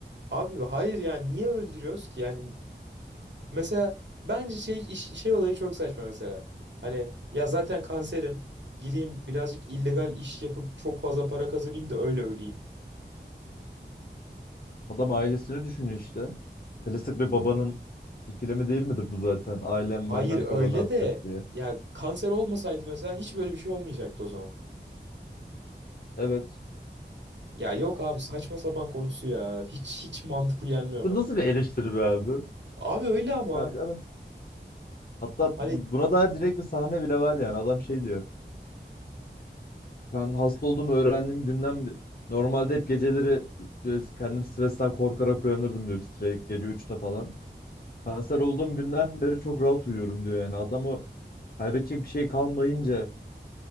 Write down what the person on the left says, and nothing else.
Adam ailesini düşünüyor işte. Klasik bir babanın ikilemi değil midir bu zaten? Ailem
benden
sonra ne yapacak
diye.
Evet.
Bu
nasıl bir eleştiri be abi?
Kanka adam- Hatta
bu- buna dair direkt bir sahne bile var yani. Adam şey diyor. Ben hasta olduğumu öğrendiğim günden be- normalde hep geceleri böyle kendim stresten korkarak uyanırdım diyor titreyip gece üçte falan. Kanser olduğum günden beri çok rahat uyuyorum diyor yani. Adam Kaybedecek bir şey kalmayınca